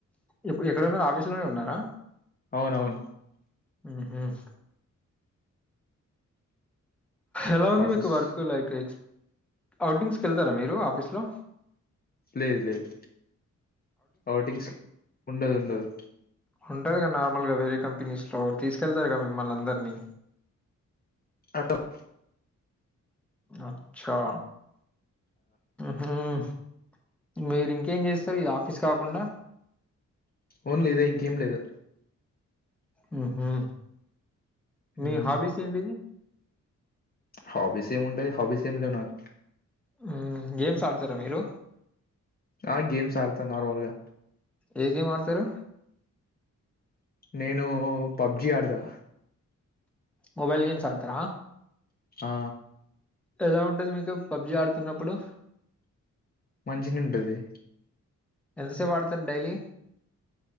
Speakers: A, in the centre; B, on the left (about 30°).
A: ఇప్పుడు ఎక్కడ ఉన్నారు ఆఫీసు లోనే ఉన్నారా
B: అవునవును
A: హ్మ్మ్ ఎలా ఉంది
B: ఆఫీస్
A: మీకు వర్క్ లైక్ ఎక్ అవుట్టింగ్స్కి వెళ్తారా మీరు ఆఫీస్ లో
B: లేదు లేదు ఔటింగ్స్ ఉండదు ఉండదు
A: ఉంటుంది కదా నార్మల్గా వేరే కంపెనీస్లో తీసుకెళ్తారు కదా మిమ్మల్ని అందర్నీ
B: పాకప్
A: అచ్చా హ్మ్మ్ మీరు ఇంకేం చేస్తారు ఈ ఆఫీస్ కాకుండా
B: ఓన్లి ఇదే ఇంకేం లేదు
A: హ్మ్మ్ మీ
B: మ్మ్
A: హాబీస్ ఏంటిది
B: హాబీస్ ఏం ఉంటాయి హాబీస్ ఏం లేవు నాకు
A: హ్మ్మ్ గేమ్స్ ఆడతారా మీరు
B: ఆ గేమ్స్ ఆడతా నార్మల్ గా
A: ఏ గేం ఆడతారు
B: నేను పబ్జి ఆడతా
A: మొబైల్ గేమ్స్ ఆడతారా
B: ఆ
A: అంటే ఎలా ఉంటది మీకు ఆ పబ్జి ఆడుతున్నప్పుడు
B: మంచిగా ఉంటది
A: ఎంతసేపు ఆడుతారు డైలీ